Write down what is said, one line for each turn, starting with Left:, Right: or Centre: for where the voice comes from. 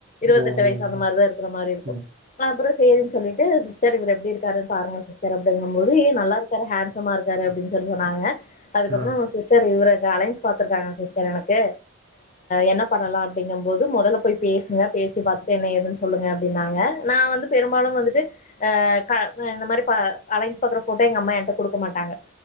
Left: இருபத்தெட்டு
Right: ம்
Left: வயசு அந்த மாதிரிதா இருக்கிற மாரி இருக்கு
Right: ம் ம்
Left: அப்புறோ சேரின்னு சொல்லிட்டு சிஸ்டர் இவர் எப்படி இருக்காரு பாருங்க சிஸ்டர் அப்படி தொடங்கு போது ஏ நல்லா இருக்கு ஏன்சமாக இருக்காரு அப்பிடின்னு சொல்லி சொன்னாங்க அதுக்கப்புறோ
Right: ம்
Left: சிஸ்டர் இவர அலைன்ஸ் பத்திருக்காங்க சிஸ்டர் எனக்கு என்ன பண்ணலா அப்படிங்கும்பது முதல்ல போய் பேசுங்க பேசி பாத்துட்டு என்ன எதுன்னு சொல்லுங்கப்படின்னு நாங்க நா வந்து பெரும்பாலு வந்துட்டு டு க இந்த மாரி ப அலைன்ஸ் பாக்குற போட்டோ எங்க அம்மா குடுக்க மாட்டாங்க